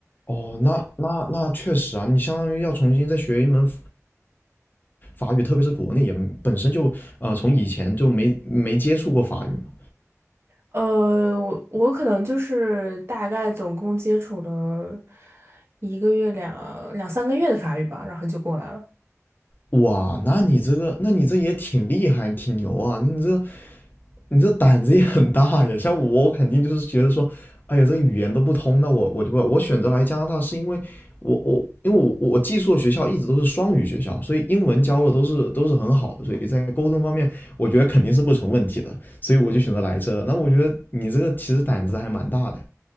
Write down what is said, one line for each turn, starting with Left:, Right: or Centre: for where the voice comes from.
Left: 哦，那那那确实啊，你相当于要重新再学一门法语，特别是国内也本身就呃从以前就没没接触过法语嘛。
Right: 呃，我我可能就是大概总共接触了一个月两两三个月的法语吧，然后就过来了。
Left: 哇，那你这个，那你这也挺厉害，挺牛啊！你这你这胆子也很大呀。像我，我肯定就是觉得说，哎呀，这个语言都不通，那我我就不，我选择来加拿大是因为我我因为我我寄宿的学校一直都是双语学校，所以英文教的都是都是很好的，所以在沟通方面，我觉得肯定是不成问题的，所以我就选择来这。那我觉得你这个其实胆子还蛮大的。